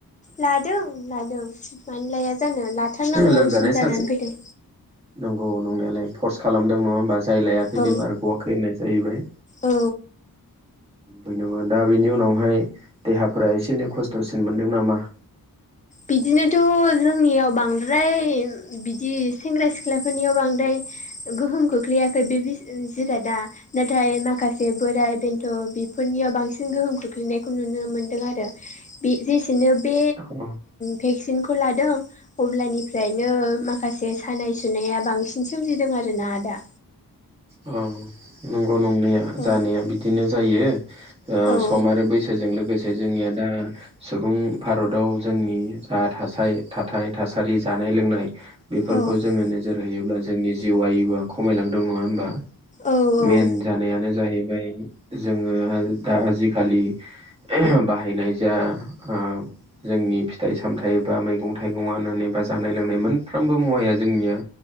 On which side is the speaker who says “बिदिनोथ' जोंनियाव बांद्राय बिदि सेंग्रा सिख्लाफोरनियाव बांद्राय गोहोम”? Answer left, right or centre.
Left